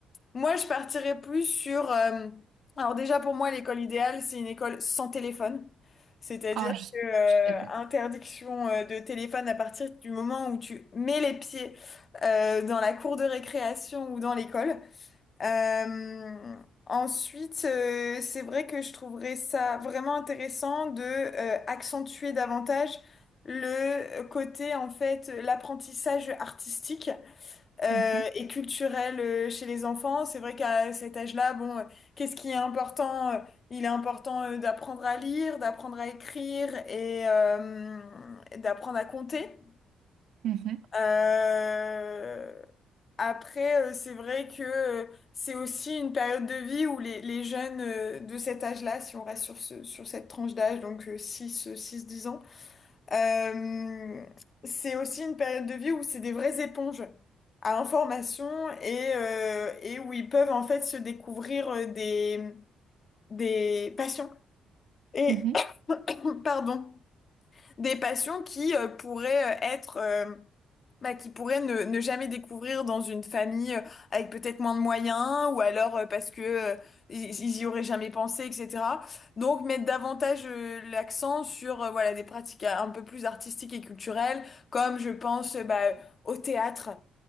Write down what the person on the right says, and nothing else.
Ah, je, je
suis d'accord.
Mhm.
Mhm.
Mhm.